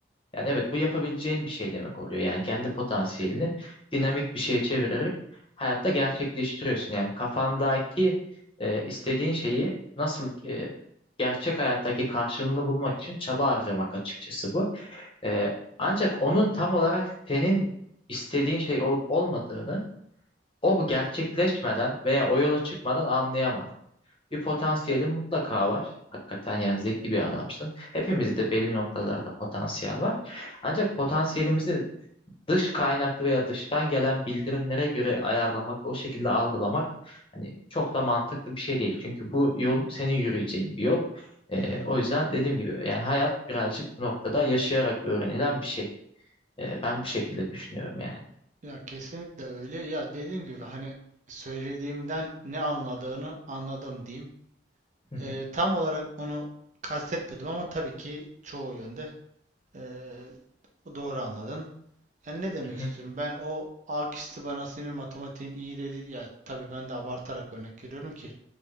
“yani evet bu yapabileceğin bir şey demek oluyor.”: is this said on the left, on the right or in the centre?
Left